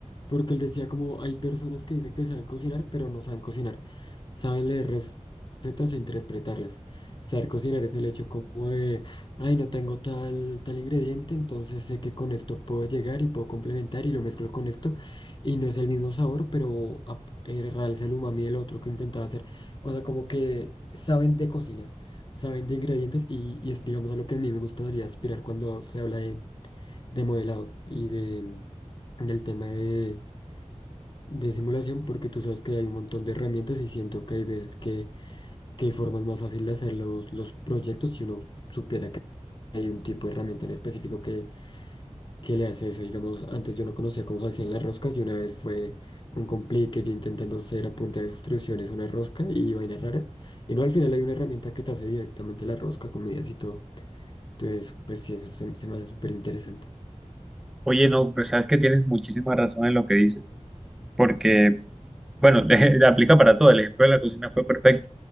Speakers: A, on the left; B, in the centre.
A: Porque él decía como hay personas que dicen que saben cocinar, pero no saben cocinar. Saben leer recetas e interpretarlas. Saber cocinar es el hecho como de, ay, no tengo tal, tal ingrediente, entonces sé que con esto puedo llegar y puedo complementar y lo mezclo con esto. Y no es el mismo sabor, pero ap- eh, realza el umami del otro que intentaba hacer. O sea, como que saben de cocina saben de ingredientes y, y es, digamos, a lo que a mí me gustaría aspirar cuando se habla de, de modelado y de, del tema de, de simulación, porque tú sabes que hay un montón de herramientas y siento que hay veces que, que hay formas más fáciles de hacer los, los proyectos si uno supiera que hay un tipo de herramienta en específico que, que le hace eso. Digamos, antes yo no conocía cómo se hacían las roscas y una vez fue un complique yo intentando hacer a punta de instrucciones una rosca y vainas raras. Y no, al final hay una herramienta que te hace directamente la rosca con medidas y todo. Entonces, pues sí, eso se, se me hace súper interesante.
B: Oye, no, pues sabes que tienes muchísima razón en lo que dices, porque Bueno, <laughs> de- aplica para todo. El ejemplo de la cocina fue perfecto.